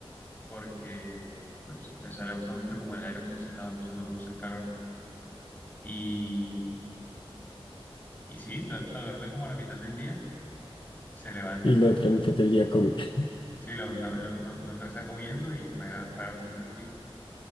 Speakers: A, on the left (about 15°); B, on the left (about 55°).
A: porque pues o sea le gusta mucho como el aire acondicionado, o sea, no le gusta el calor. Y, y sí, duer- o sea, duerme como a la mitad del día, se levanta
B: Y la
A: cuando,
B: otra mitad del día come. <laughs>
A: sí, la- la- el otro, la otra está comiendo y juega, juega como un ratico.